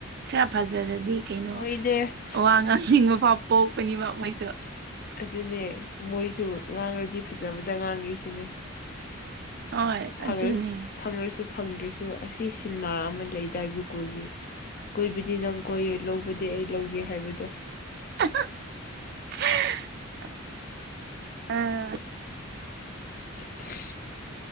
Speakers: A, on the right (about 50°); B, on the left (about 45°).
A: ꯈꯔ ꯐꯖꯔꯗꯤ ꯀꯩꯅꯣ
B: ꯍꯣꯏꯅꯦ
A: ꯋꯥ ꯉꯥꯡꯅꯤꯡꯕ ꯐꯥꯎ ꯄꯣꯛꯄꯅꯤꯕ ꯃꯣꯏꯁꯨ
B: ꯑꯗꯨꯅꯦ ꯃꯣꯏꯁꯨ ꯉꯥꯡꯔꯗꯤ ꯐꯖꯕꯗ ꯉꯥꯡꯈꯤ ꯁꯤꯅꯦ
A: ꯍꯣꯏ
B: ꯐ
A: ꯑꯗꯨꯅꯦ
B: ꯐꯪꯉ꯭ꯔꯁꯨ ꯐꯪꯗ꯭ꯔꯁꯨ ꯑꯁꯤ ꯁꯤꯟꯃꯥ ꯑꯃ ꯂꯩꯗꯥꯏ ꯒꯨꯒꯨꯜꯒꯤ ꯀ ꯅꯪ ꯀꯣꯏꯌꯣꯏ ꯂꯧꯕꯗꯤ ꯑꯩ ꯂꯧꯒꯦ ꯍꯥꯏꯕꯗꯣ
A: <unintelligible> ꯑꯥ
B: <unintelligible>